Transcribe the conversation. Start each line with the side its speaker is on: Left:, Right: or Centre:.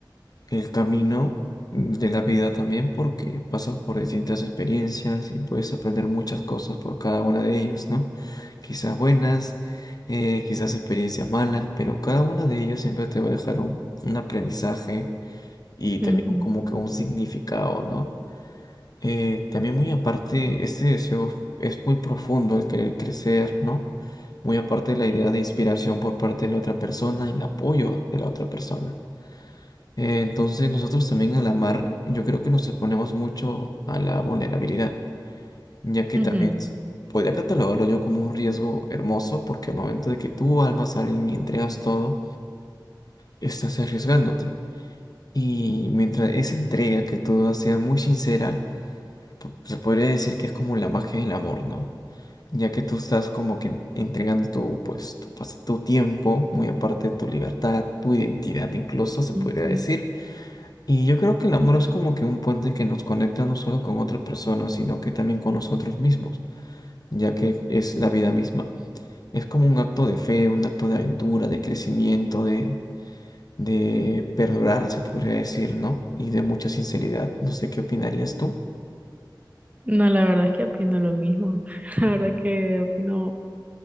Left: el camino de la vida también porque pasas por distintas experiencias y puedes aprender muchas cosas por cada una de ellas, ¿no? Quizás buenas, eh, quizás experiencias malas, pero cada una de ellas siempre te va a dejar un, un aprendizaje y también
Right: Ujú,
Left: como que un significado, ¿no? Eh, también muy aparte, este deseo es muy profundo, el querer crecer, ¿no? Muy aparte de la
Right: Sí.
Left: idea de inspiración por parte de la otra persona, y el apoyo de la otra persona. Eh, entonces nosotros también al amar, yo creo que nos exponemos mucho a la vulnerabilidad, ya que
Right: ujú,
Left: también s- podría catalogarlo yo como un riesgo hermoso, porque al momento de que tú almas a alguien y entregas todo, estás arriesgándote. Y mientras esa entrega que tú das sea muy sincera, po- se podría decir que es como la magia del amor, ¿no? ya que tú estás como que entregando tu, pues, tu, pas- tu tiempo, muy aparte de tu libertad, tu identidad incluso, se
Right: ujú.
Left: podría decir. Y yo creo que el amor es como que un puente que nos conecta no solo con otra persona, sino que también con nosotros mismos, ya que es la vida misma. Es como un acto de fe, un acto de aventura, de crecimiento, de, de perdurar, se podría decir, ¿no? Y de mucha sinceridad. No sé qué opinarías tú.
Right: No, la verdad es que opino lo mismo. <laughs> La verdad que opino